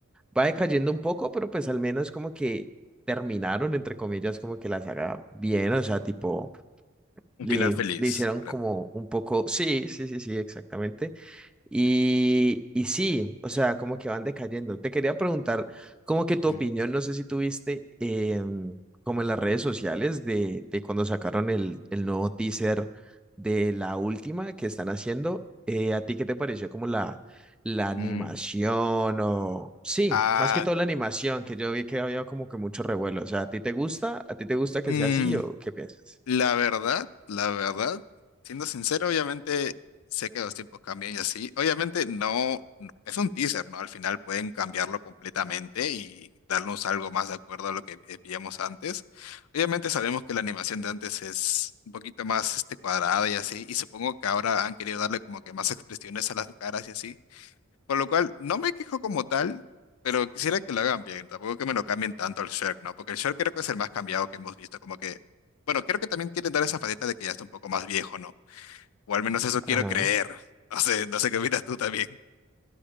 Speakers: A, in the centre; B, on the left.
A: va decayendo un poco, pero pues al menos como que terminaron, entre comillas, como que la saga bien, o sea, tipo,
B: Un
A: le,
B: final feliz,
A: le hicieron
B: claro.
A: como un poco, sí, sí, sí, sí, exactamente. Y, y sí, o sea, como que van decayendo. Te quería preguntar, como que tu
B: Ujú.
A: opinión, no sé si tuviste em, como en las redes sociales de, de cuando sacaron el, el nuevo teaser de la última que están haciendo, eh, ¿a ti qué te pareció como la, la animación
B: Mm,
A: o... Sí,
B: Ah,
A: más que todo la animación, que yo vi que había como que mucho revuelo. O sea, ¿a ti te gusta? ¿A ti te gusta que
B: mm,
A: sea así o qué piensas?
B: La verdad, la verdad, siendo sincero, obviamente sé que los tiempos cambian y así. Obviamente no, no- es un teaser, ¿no? Al final pueden cambiarlo completamente y darnos algo más de acuerdo a lo que eh, veíamos antes. Obviamente sabemos que la animación de antes es un poquito más este, cuadrada y así, y supongo que ahora han querido darle como que más expresiones a las caras y así. Por lo cual, no me quejo como tal, pero quisiera que lo hagan bien. Tampoco que me lo cambien tanto al Shrek, ¿no? Porque el Shrek creo que es el más cambiado que hemos visto. Como que, bueno, creo que también quieren dar esa faceta de que ya está un poco más viejo, ¿no? O al menos eso quiero
A: ajá
B: creer. No sé, no sé qué opinas tú también.